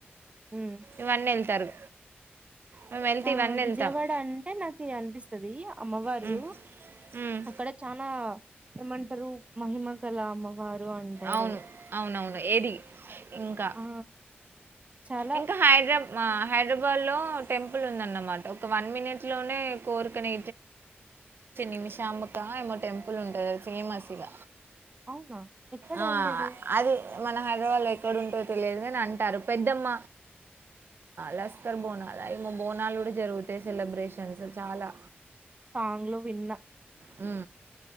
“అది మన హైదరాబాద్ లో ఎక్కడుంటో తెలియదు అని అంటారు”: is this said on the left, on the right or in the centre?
Right